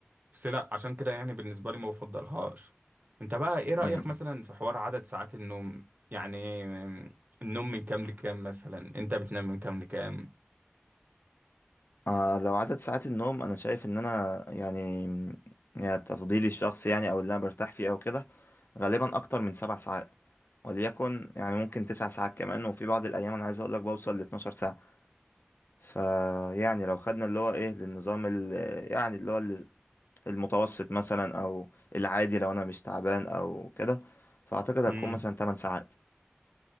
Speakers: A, on the right; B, on the left.
A: بس لا عشان كده يعني بالنسبة لي ما بفضلهاش انت بقى ايه رأيك
B: امم
A: مثلا في حوار عدد ساعات النوم يعني النوم من كام لكام مثلا انت بتنام من كام لكام
B: آه لو عدد ساعات النوم انا شايف ان انا يعني يعني تفضيلي الشخصي يعني او اللي انا برتاح فيه او كده غالبا اكتر من سبع ساعات وليكن يعني ممكن تسع ساعات كمان وفي بعض الايام انا عايز اقول لك بوصل ل 12 ساعة فيعني لو خدنا اللي هو ايه للنظام ال- يعني اللي هو ال- المتوسط مثلا او العادي لو انا مش تعبان او كده فاعتقد هتكون
A: امم
B: مثلا 8 ساعات